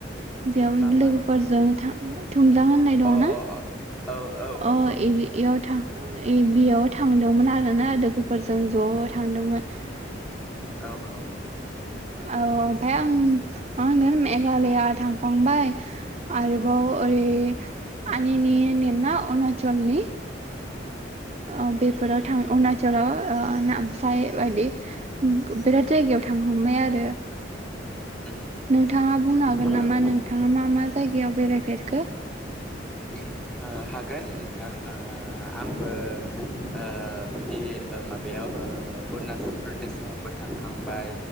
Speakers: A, on the right; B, in the centre.
A: बेयाव
B: मा मा
A: लोगोफोरजों था थुमजां होननाय दङना
B: अ अ अ औ औ औ
A: अ
B: औ औ
A: इबि इयाव था इ बेयाव थांदोंमोन आरोना लोगोफोरजों ज' थांदोंमोन ।
B: औ औ।
A: औ ओमफाय आं मा होनगोन मेघालया थांखांबाय, आरोबाव ओरै आनिनि ना अरुणाचलनि ओ बेफोराव थां अरुना चलाव अ नामसाय बायदि बिराद जायगायाव थांहांबाय आरो
B: उम
A: नोंथाङा बुंनो हागोन
B: उम
A: नामा नोंथाङा मा मा जायगायाव बेरायफेरखो।
B: ओ हागोन नोंथां आ आंबो ओ बिदि माबायाव ओ अरुणाचल प्रदेशआव आंबो थांखांबाय